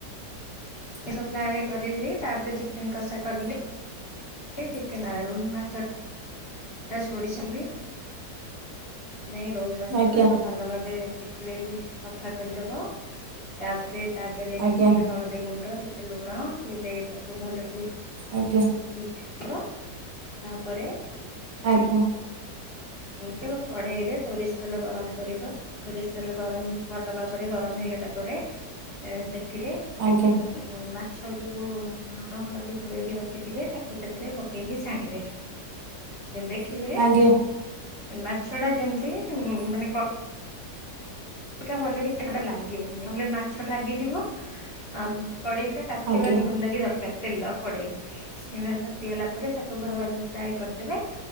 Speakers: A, on the left (about 35°); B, on the right (about 75°).
A: ମାଛ ଫ୍ରାଏ କରିଲି ତାପରେ ଚିକେନ୍ କଷା କରିଲି। <unintelligible> ନାଇଁ ରୋହି ମାଛକୁ
B: ଆଜ୍ଞା
A: ଆଗ ଭଲ ଭାବେ ପିଚୁଳେଇକି ସଫା କରିଦବ। ତାପରେ ତା ଦେହରେ
B: ଆଜ୍ଞା
A: ଟିକେ ହଳଦୀ ଗୁଣ୍ଡ ଟି ଲୁଣ ଟିକେ ଦେଇ ତାକୁ ଭଲ ଟିକେ
B: ଆଜ୍ଞା।
A: <unintelligible> ତାପରେ
B: ଆଜ୍ଞା।
A: କଢ଼େଇରେ ସୋରିଷ ତେଲ ଗରମ କରିବ। ସୋରିଷ ତେଲ ଗରମ ଭଲ ଭାବରେ ଗରମ ହେଇଗଲା ପରେ ଏ ସେଥିରେ
B: ଆଜ୍ଞା
A: ମା ମାଛ ଯୋଉ ଲୁଣ ହଳଦୀ ଗୋଳେଇକି ରଖିଥିବେ ତାକୁ ସେଥିରେ ପକେଇକି ଛାଣିବେ। ଦେଖିବେ
B: ଆଜ୍ଞା
A: ମାଛ ଟା ଯେମିତି ମାନେ ସେଟା ଭଲ <unintelligible> ଲାଗିବନି ନହେଲେ ମାଛ ଲାଗିଯିବ ଆଉ କଡ଼େଇଟା ତାତିିବା
B: ଆଜ୍ଞା
A: ଟି ଭଲକି ଦରକାର। ତେଲ କଡ଼େଇ <unintelligible> ତାତିଗଲା ପରେ ତାକୁ ଭଲ ଭାବେ ଫ୍ରାଏ କରିଦେବେ।